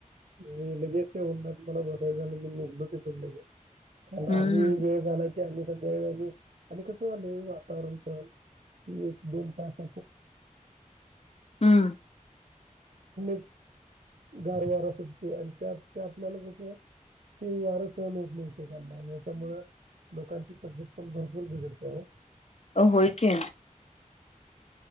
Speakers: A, on the right; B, on the left.
A: मी लगेचच्या उना मला बसायचं आणि मी निर् ते. आणि
B: हम्म
A: आम्ही वेळ झाला की सध्या व आणि कसं आलय वातावरण पण क एक दोन तास
B: हम्म
A: <unintelligible> गारवार सुटते आणि त्यात ते आपल्याला कस ते वार सहन होत नाही ऐक एकानं आणि याच्यामुळ लोकांची तब्यत पण भरपूर बिघडते ओ.
B: अ होय की.